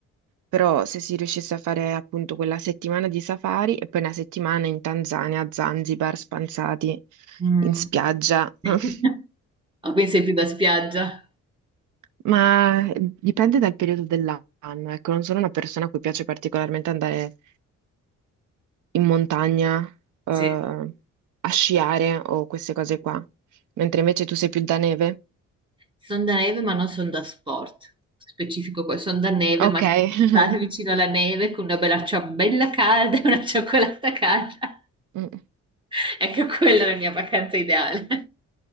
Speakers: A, on the right; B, on the right.
A: Però se si riuscisse a fare appunto quella settimana di safari e poi una settimana in Tanzania, a Zanzibar, spanzati
B: mm.
A: in spiaggia, <laughs>
B: <laughs> Ah, quindi sei più da spiaggia.
A: ma dipende dal periodo dell'anno. Ecco, non sono una persona a cui piace particolarmente andare in montagna, eh,
B: Sì.
A: a sciare o queste cose qua, mentre invece tu sei più da neve.
B: Sono da neve, ma non sono da sport. Specifico poi, sono da neve,
A: Ok,
B: ma ci può stare
A: <laughs>
B: vicino alla neve con una bella ciambella calda <laughs> e una cioccolata calda.
A: Mm,
B: <laughs> Ecco, quella è la mia vacanza ideale